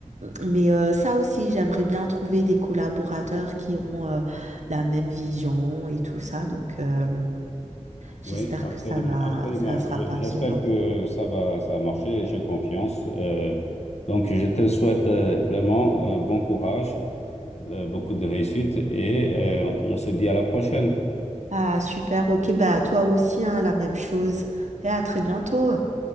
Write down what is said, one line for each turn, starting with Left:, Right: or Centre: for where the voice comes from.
Right: Mais euh, ça aussi, j'aimerais bien trouver des collaborateurs qui ont euh, la même vision et tout ça. Donc, euh, j'espère
Left: Oui, absolument,
Right: que ça va,
Left: absolument.
Right: ça ne sera
Left: Je-
Right: pas assez
Left: J'espère
Right: lent.
Left: que ça va, ça va marcher et j'ai confiance. Euh, donc, je te souhaite euh, vraiment euh, bon courage euh, beaucoup de réussite et euh, on se dit à la prochaine.
Right: Ah, super. Ok, bah, toi aussi, hein, la même chose. Et à très bientôt.